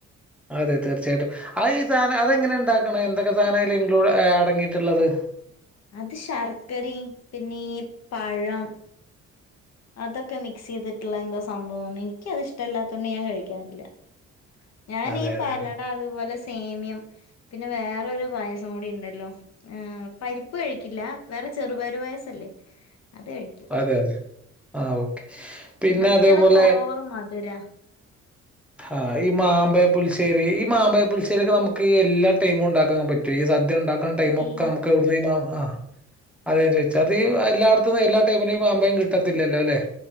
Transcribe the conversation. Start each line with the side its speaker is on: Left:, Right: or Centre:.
Centre: അതെ തീർച്ചയായിട്ടും. ആ ഈ സാധനം അതെങ്ങനെ ഇ ണ്ടാക്കണെ? എന്തൊക്കെ സാധന ഇൻക്ലൂട അടങ്ങിയിട്ടുള്ളത്?
Left: അത് ശർക്കരയും പിന്നെ ഈ പഴം അതൊക്കെ മിക്സ് ചെയ്തിട്ടുള്ള എന്തോ സംഭവാണ്. എനിക്ക് അത് ഇഷ്ടല്ലാത്തോണ്ട് ഞാൻ കഴിക്കാറില്ല. ഞാൻ
Centre: അതെ,
Left: ഈ
Centre: അതെ,
Left: പാലട
Centre: അതെ.
Left: അതുപോലെ സേമിയം പിന്നെ വേറൊരു പായസം കൂടി ഉണ്ടല്ലോ. പരിപ്പ് കഴിക്കില്ല. വേറെ ചെറുപയരു പായസല്ലേ. അത് കഴിക്കും
Centre: അതെ അതെ ആ ഓക്കെ. പിന്നെ
Left: മറ്റേതൊക്കെ
Centre: അതേപോലെ
Left: ഓവർ മധുരാ.
Centre: ആ ഈ മാമ്പയ പുളിശേരി ഈ മാമ്പയ പുളശ്ശേരിയൊക്കെ നമുക്ക് എല്ലാ ടൈമും ഉണ്ടാക്കാൻ പറ്റോ ഈ ഈ സദ്യ ഉണ്ടാക്കുന്ന ടൈം ഒക്കെ
Left: ഇല്ല
Centre: നമുക്ക് എവിടുന്ന മാ അതാ ഞാൻ ചോദിച്ചേ അത് ഈ എല്ലായിടത്തുന്ന് എല്ലാ ടൈമില് ഈ മാമ്പയം കിട്ടത്തില്ലല്ലോ അല്ലെ